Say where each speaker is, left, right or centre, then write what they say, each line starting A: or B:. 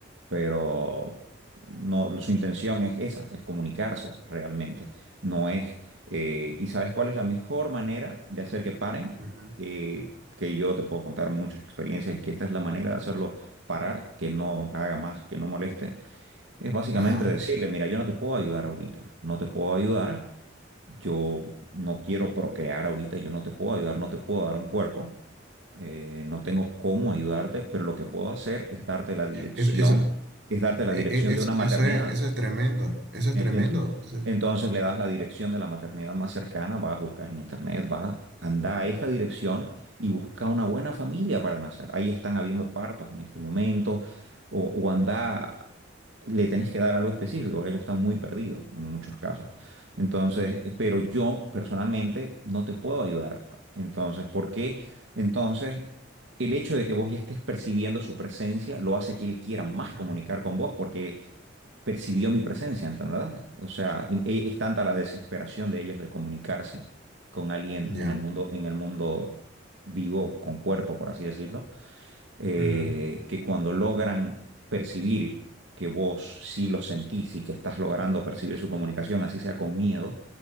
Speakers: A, on the right; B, on the right.
A: pero no, su intención es esa, es comunicarse realmente. No es, eh, ¿y sabes cuál es la mejor manera de hacer que paren?
B: Ujú.
A: Eh, que yo te puedo contar muchas experiencias y que esta es la manera de hacerlo parar, que no haga más, que no moleste. Es básicamente
B: Ajá.
A: decirle, mira, yo no te puedo ayudar ahorita, no te puedo ayudar, yo no quiero procrear ahorita, yo no te puedo ayudar, no te puedo dar un cuerpo, eh, no tengo cómo ayudarte, pero lo que puedo hacer es darte la dirección,
B: Es- eso,
A: es darte la
B: e-
A: dirección
B: e- es-
A: de una maternidad.
B: eso es, eso es tremendo. Eso es
A: En-
B: tremendo.
A: ent-
B: o sea,
A: Entonces le das la dirección de la maternidad más cercana, vas, buscas en internet, vas, anda a esta dirección y busca una buena familia para nacer. Ahí están habiendo partos en este momento, o, o anda, le tenés que dar algo específico, porque ellos están muy perdidos en muchos casos. Entonces, eh, pero yo personalmente no te puedo ayudar. Entonces, ¿por qué? Entonces, el hecho de que vos ya estés percibiendo su presencia lo hace que él quiera más
B: Ujú.
A: comunicar con vos, porque percibió mi presencia, ¿entendés? O sea, y- e- es tanta la desesperación de ellos de comunicarse con alguien
B: ya.
A: en el mundo, en el mundo vivo, con cuerpo, por así decirlo, eh,
B: Ujú.
A: que cuando logran percibir que vos sí lo sentís y que estás logrando percibir su comunicación, así sea con miedo,